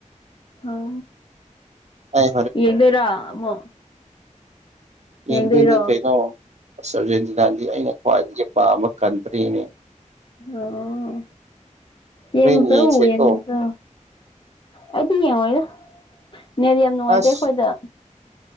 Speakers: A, on the left; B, on the right.
A: ꯑꯣ
B: ꯑꯩ
A: ꯌꯦꯡꯗꯣꯢꯔꯣ ꯑꯃꯨꯛ
B: ꯌꯦꯡꯗꯣꯏꯅꯦ
A: ꯌꯦꯡꯗꯣꯏꯔꯣ
B: ꯀꯩꯅꯣ ꯑꯁ ꯑꯔꯖꯦꯟꯇꯤꯅꯥꯗꯤ ꯑꯩꯅ ꯈ꯭ꯋꯥꯏꯗꯒꯤ ꯄꯥꯝꯝꯕ ꯀꯟꯇ꯭ꯔꯤꯅꯦ
A: ꯑꯣ ꯌꯦꯡꯡꯖꯎ
B: ꯍꯣꯔꯦꯟ ꯌꯦꯡꯁꯦꯀꯣ
A: ꯌꯦꯡꯖ ꯑꯩꯗꯤ ꯌꯦꯡꯉꯣꯏꯗ ꯅꯦꯗꯤ ꯌꯥꯝ ꯅꯨꯡꯉꯥꯏꯇꯦ
B: ꯑꯁ
A: ꯑꯩꯈꯣꯏꯗ